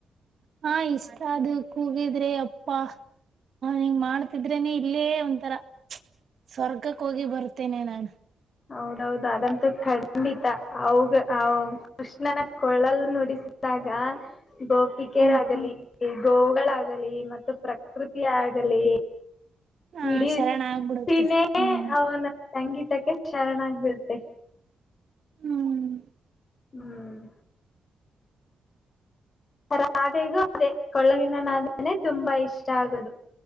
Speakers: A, on the right (about 60°); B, on the left (about 50°).
A: ಹಾ ಇಷ್ಟ ಅದು ಕೂಗಿದ್ರೆ ಎಪ್ಪಾ ಹ ನೀಂಗ ಮಾಡ್ತಿದ್ರೇನೆ ಇಲ್ಲೇ ಒಂತರಾ ಸ್ವರ್ಗಕ್ಕೆ ಹೋಗಿ ಬರ್ತೇನೆ ನಾನು
B: ಹೌದೌದು ಅದಂತೂ ಖಂಡಿತ ಅವ ಕೃಷ್ಣನ ಕೊಳ್ಳಲ್ ನುಡಿಸಿದಾಗ ಗೋಪಿಕೆ
A: ಹ್ಮ್
B: ಆಗಲಿ <inaudible> ಗೋವುಗಳಾಗಲಿ ಮತ್ತು ಪ್ರಕೃತಿ ಆಾಗಲಿ
A: ಹ
B: ಇಡೀನ್ನೇ
A: ಶರಣ ಆಗ್ಬಿಡುತ್ತೆ ಹ್ಮ್
B: ಅವನ ಸಂಗೀತಕ್ಕೆ ಶರಣಾಗಬಿಡ್ತೆ
A: ಹ್ಮ್
B: ಹ್ಮ್ ರಾಧೆಗೂ ಅದೇ ಕೊಳ್ಳಲಿನನಾದಾನೇ ತುಂಬಾ ಇಷ್ಟ ಆಗೋದು